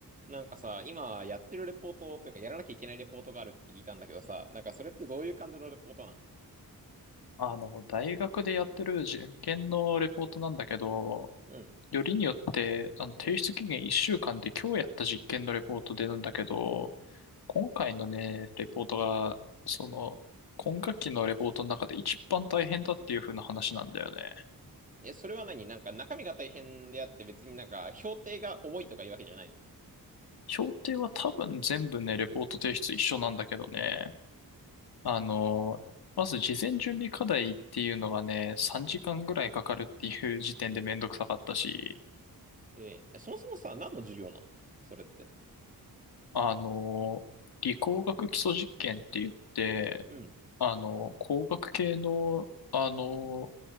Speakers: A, on the right; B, on the left.
A: なんかさ、今やってるレポートというかやらなきゃいけないレポートがあるって聞いたんだけどさ、なんかそれってどういう感じのレポートなん
B: あの、大学でやってる実験のレポートなんだけど、
A: うん。
B: よりによって、あの、提出期限1週間で今日やった実験のレポートでなんだけど、今回のね、レポートが、その、今学期のレポートの中で一番大変だっていう風な話なんだよね。
A: え、それは何なんか中身が大変であって別になんか評定が重いとかいうわけじゃないの
B: 評定は多分全部ね、レポート提出一緒なんだけどね、あの、まず事前準備課題っていうのがね、3時間ぐらいかかるっていう時点でめんどくさかったし、
A: えーそもそもさ、何の授業なのそれって。
B: あの、理工学基礎実験って言って、
A: うん。
B: あの、工学系の、あの、